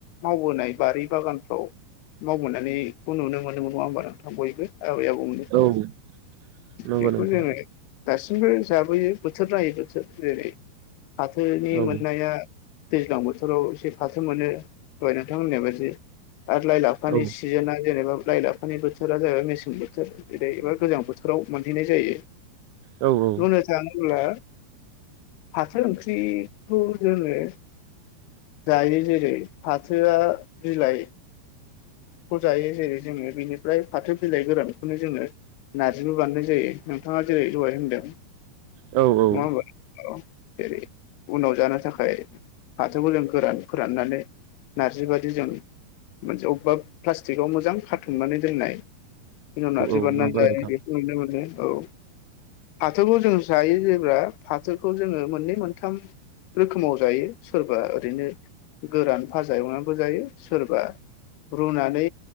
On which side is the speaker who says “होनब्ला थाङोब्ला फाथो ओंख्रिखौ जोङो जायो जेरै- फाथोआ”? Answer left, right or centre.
Left